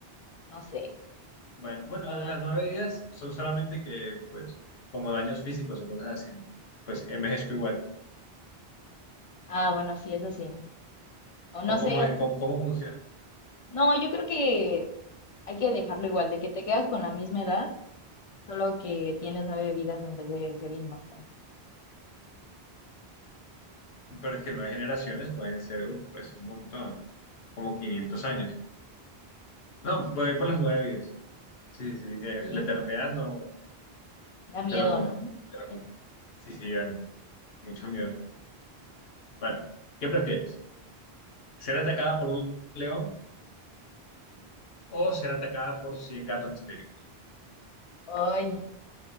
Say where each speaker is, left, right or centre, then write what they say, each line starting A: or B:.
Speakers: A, on the left; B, on the left.
A: No sé.
B: Bueno, bueno,
A: Ah,
B: la- las nueve vidas son solamente que, pues, como daños físicos o cosas así, ¿no? Pues envejezco igual.
A: ah, bueno, sí, eso sí. O
B: O
A: no
B: cómo,
A: sé,
B: es-
A: o tú-
B: cómo, cómo funciona.
A: no, yo creo que hay que dejarlo igual, de que te quedas con la misma edad. Solo que tienes nueve vidas en vez de ser inmortal.
B: Pero es que nueve generaciones pueden ser, uf, pues un montón, como 500 años. No, voy por las nueve vidas. Sí, sí, eh,
A: Sí,
B: la eternidad no,
A: da miedo,
B: te lo compro,
A: ¿no?
B: te lo compro. Sí, sí, dan mucho miedo. Bueno, ¿qué prefieres? ¿Ser atacada por un león o ser atacada por 100 gatos histéricos?
A: Ay,